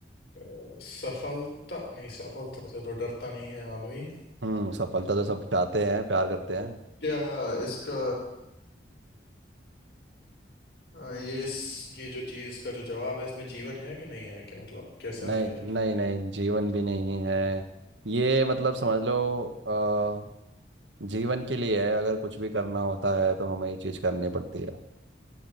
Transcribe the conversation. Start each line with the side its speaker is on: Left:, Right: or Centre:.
Left: अ, सफलता नहीं सफलता से तो डरता नहीं है आदमी
Right: हम्म सफलता तो सब चाहते हैं प्यार करते हैं
Left: क्या इसका हाँ, ये इस ये जो चीज का जो जवाब है इसमें जीवन है कि नहीं है कि मतलब कैसा
Right: नहीं
Left: है ये
Right: नहीं नहीं जीवन भी नहीं है ये मतलब समझ लो अ, जीवन के लिए है अगर कुछ भी करना होता है तो हमें ये चीज़ करनी पड़ती है